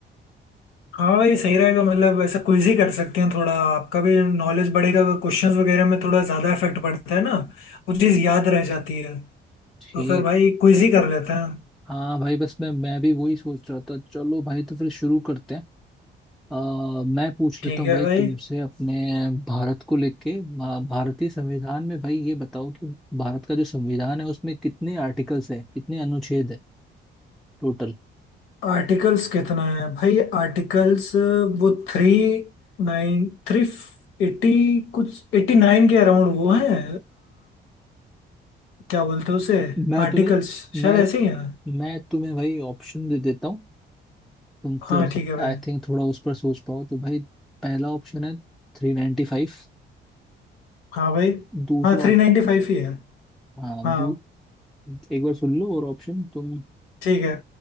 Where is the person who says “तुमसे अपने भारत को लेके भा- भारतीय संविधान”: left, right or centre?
Centre